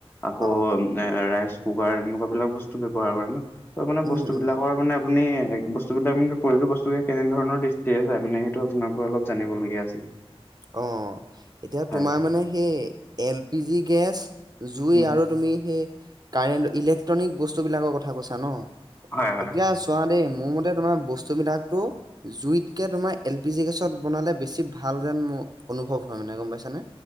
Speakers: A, on the left (about 20°); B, on the right (about 40°).
A: আকৌ
B: অ',
A: মানে ৰাইচ কুকাৰ এনেকুৱা বিলাক বস্তু ব্যৱহাৰ কৰে ন ত মানে
B: উম,
A: বস্তু
B: উম,
A: বিলাকৰ মানে আপুনি বস্তুবিলাক কিন্তু প্ৰয়োজনিয় বস্তু কেনে ধৰণৰ দৃষ্টিৰে হয় মানে সেইটো আপোনাৰ পৰা অলপ জানিব লগীয়া আছিলে।
B: অ এতিয়া
A: হয়
B: তোমাৰ
A: হয়
B: মানে সেই এল পি জি গেছ জুই
A: উম।
B: আৰু তুমি সেই কাৰেণ্ট ইলেকট্ৰনিক বস্তু বিলাকৰ কথা কৈছা ন
A: হয় হয়
B: এতিয়া
A: হয়।
B: চোৱা দেই মোৰ মতে তোমাৰ বস্তু বিলাকটো জুইতকে তোমাৰ এল পি জি গেছত বনালে বেছি ভাল যেন মোৰ অনুভৱ হয় মানে গম পাইছানে